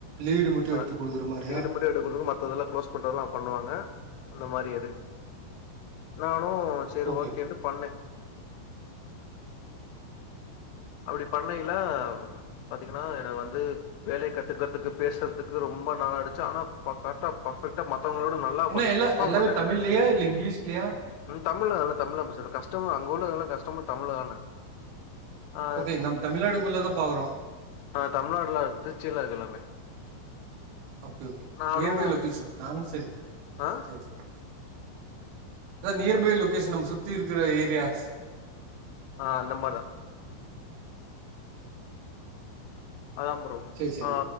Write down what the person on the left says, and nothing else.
ஆ
ரீடு மட் டு எடுகுறது மத்ததெல்லா க்ளோஸ் பண்றதுலாப் அவுப் பண்ணுவாங்க அந்த மாரி அது நானு செரி
ஓகேன்ட்டு பண்ணே அப்டி பண்ணையில பாத்தீங்கினா எனக்கு வந்து வேலய கத்துக்கறதுக்கு பேசறதுக்கு ரொம்ப நல்லாயிடுச்சு ஆனாக் பா கர்ட்டாப் ஃபர்பெக்டா மத்தவங்களோட நல்லா
கொஞ்சோ
பர்ஃபார்ம்
பண்ணே
ம் தமிழ்லா எல்லாத் தமிழ்லாம் பேசற கஸ்டம அங்க உள்ள எல்லா கஸ்டமர் தமிழ்ல தானே ஆ
ஆ தமிழ்நாட்ல திருச்சில இருகு எல்லாமே
நானு
ஆ
ஆ அந்தம்மார்தா அதா ப்ரோ
ஆ